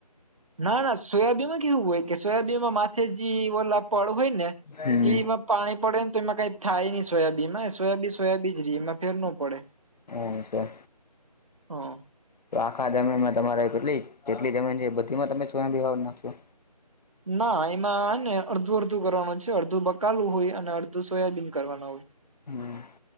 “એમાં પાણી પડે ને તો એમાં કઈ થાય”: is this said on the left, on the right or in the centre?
Right